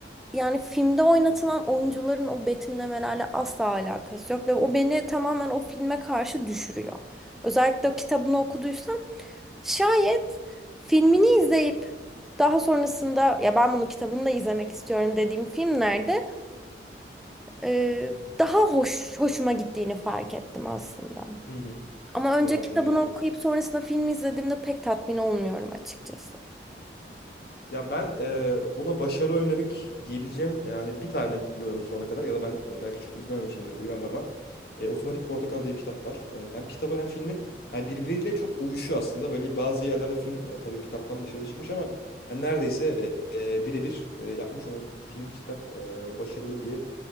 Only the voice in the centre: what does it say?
yani filmde oynatılan oyuncuların o betimlemelerle asla alakası yok ve o beni tamamen o filme karşı düşürüyor. Özellikle o kitabını okuduysam şayet filmini izleyip daha sonrasında ya ben bunu kitabını da izlemek istiyorum dediğim filmlerde e, daha hoş hoşuma gittiğini fark ettim aslında.
Ama önce
kitabını
okuyup sonrasında film izlediğimde pek tatmin olmuyorum açıkçası.